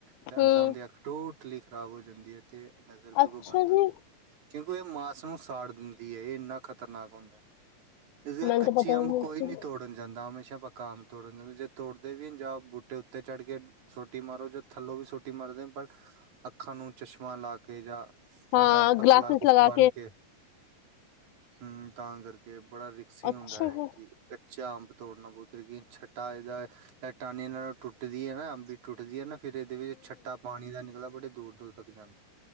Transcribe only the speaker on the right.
ਤੇ
ਅਣਜਾਦੇ ਅਖ ਟੋਟ ਕਲੀਲਿਕ ਖਰਾਬ ਹੋ ਜਾਂਦੀ ਹੈ। ਤੇ ਨਜ਼ਰ ਬਿਲਕੁਲ
ਬੰਦ ਹੋ
ਜਾਂਦੀ ਏ। ਕਿਉਂਕਿ ਇਹ ਮਾਸ ਨੂੰ ਸਾੜ ਦਿੰਦੀ ਹੈ ਇਹ ਇੰਨਾ ਖਤਰਨਾਕ ਹੁੰਦਾ ਹੈ। ਇਸ ਕਰਕੇ
ਕੱਚੀ
ਅੰਬ
ਕੋਈ
ਨੀ ਤੋੜਨ ਜਾਂਦਾ ਹਮੇਸ਼ਾ ਪੱਕਾ ਅੰਬ ਤੋੜਨ ਜਾਂਦਾ ਜੇ। ਤੋੜਦੇ ਵੀ ਜਾਂ ਬੂਟੇ ਉੱਤੇ ਚੜ੍ਹ ਕੇ ਸੋਟੀ ਮਾਰੋ ਜ ਥੱਲੋਂ ਵੀ ਸੋਟੀ ਮਾਰਦੇ ਪਰ ਅੱਖਾਂ ਨੂੰ ਚਸ਼ਮਾ ਲਾ ਕੇ ਜਾਂ
ਏਦਾਂ ਪਤਲਾ
ਕੁਛ
ਬੰਨ ਕੇ ਹੂੰ ਤਾਂ ਕਰਕੇ ਬੜਾ ਰਿਕਸੀ
ਹੁੰਦਾ ਹੈ
ਕਿ 'ਚ ਅੰਬ ਤੋੜਨਾ ਪੱਤਰ ਕਿ ਛੱਟਾ ਇਹਦਾ ਇਹ ਟਾਨੀ ਨਾਲ ਟੁਟਦੀ ਹੈ ਨਾ ਅੰਬੀ ਟੁਟਦੀ ਹੈ। ਫਿਰ ਇਹਦੇ ਵਿੱਚ ਛੱਟਾ ਪਾਣੀ ਦਾ ਨਿਕਲ ਬੜੇ ਦੂਰ ਤੱਕ ਜਾਂਦਾ